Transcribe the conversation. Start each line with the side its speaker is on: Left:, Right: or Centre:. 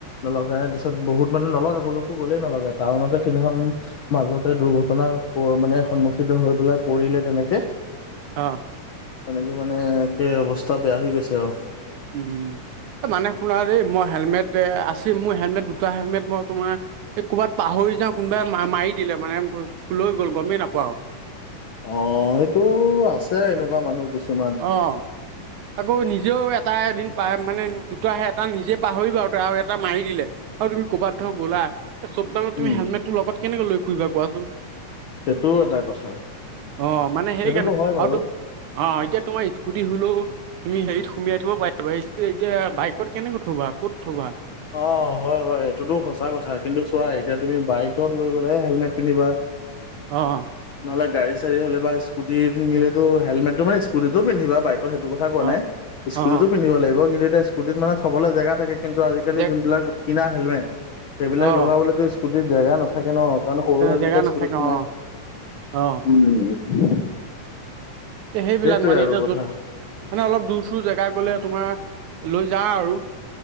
Left: নলগাই, তাৰপিছত বহুত মানে নলগাই, ক'লেইকো গ'লেই নলগাই। টাউনতে সেইদিনাখন মাজতে দুৰ্ঘটনা, মানে সন্মুখীন হৈ পেলাই পৰিলে তেনেকে।
Right: অঁ!
Left: তেনেকে, মানে একে অৱস্থা বেয়া হৈ গৈছে আৰু।
Right: উম! মানে শুনা দেই মই হেলমেট আছে। মোৰ হেলমেট দুটা হেলমেট মই তোমাৰ এই ক'ৰবাত পাহৰি যাওঁ কোনোবাই মাৰি দিলে মানে লৈ গ'ল গমেই নাপাওঁ।
Left: অঁ! সেইটো আছে এনেকুৱা মানুহ। কিছুমান
Right: অঁ! আকৌ নিজেও এটা এদিন পা মানে, দুটা আছে এটা নিজে পাহৰিলোঁ আৰু এটা মাৰি দিলে। আৰু তুমি ক'ৰবাত ধৰ গ'লা, এই চব টাইমত
Left: উম
Right: তুমি হেলমেটটো লগত কেনেকে লৈ ফুৰিবা কোৱা চোন?
Left: সেইটোও এটা কথা
Right: অঁ! মানে সেইকাৰণে
Left: সেইটোতো হয় বাৰু
Right: আৰু তোক অঁ! এতিয়া তোমাৰ স্কুটি হ'লেও তুমি হেৰিত সুমোয়াই থব পাৰিবা। এতিয়া বাইকত কেনেকৈ থবা, ক'ত থবা?
Left: অঁ! হয়-হয় এইটোতো সঁচা কথা। কিন্তু চোৱা এতিয়া তুমি বাইকত লৈ গ'লে হেলমেট পিন্ধিবা। <unintelligible>
Right: অঁ!
Left: নহ'লে গাড়ী-চাড়ী হ'লে বা স্কুটি নিনিলেটো হেলমেতটো মানে স্কুটিটো পিন্ধিবা বাইকৰ সেইটো কথা কথা কোৱা
Right: অ
Left: নাই
Right: অ
Left: স্কুটিটো পিন্ধি লাগিব। কিন্তু এতিয়া স্কুটিত মানে থবলৈ জেগা থাকে কিন্তু আজিকালি
Right: জে
Left: যোনবিলাক কিনা হেলমেট সেইবিলাক
Right: অ
Left: লগাবলেতো স্কুটিত জেগা নাথাকে ন। কাৰণ সৰু হেলমেটহে
Right: জেগা
Left: স্কুলত
Right: নাথাকে
Left: সোমাই।
Right: অ অ
Left: উম!
Right: এয়া সেইবিলাক
Left: সেইটোৱে
Right: মানে
Left: আৰু
Right: এতিয়া
Left: কথা
Right: যত মানে অলপ দূৰ-চূৰ জেগা গ'লে তোমাৰ লৈ যা আৰু।